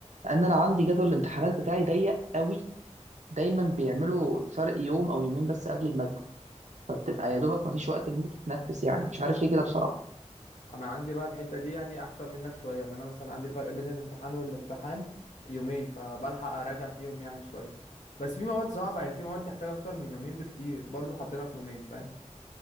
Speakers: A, on the right; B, on the left.
A: ان انا عندي جدول الامتحانات بتاعي ضيق قوي دايما بيعملوا فرق يوم او يومين بس قبل الماده فبتبقى يا دوبك ما فيش وقت ان انت تتنفس يعني مش عارف ليه كده بصراحه
B: انا عندي بقى الحته دي يعني احسن منك شويه ان انا مثلا عندي الفرق بين الامتحان والامتحان يومين فبلحق اراجع فيهم يعني شويه بس في مواد صعبه يعني في مواد تحتاج اكتر من يومين بكتير برضه حاطينها في يومين فاهم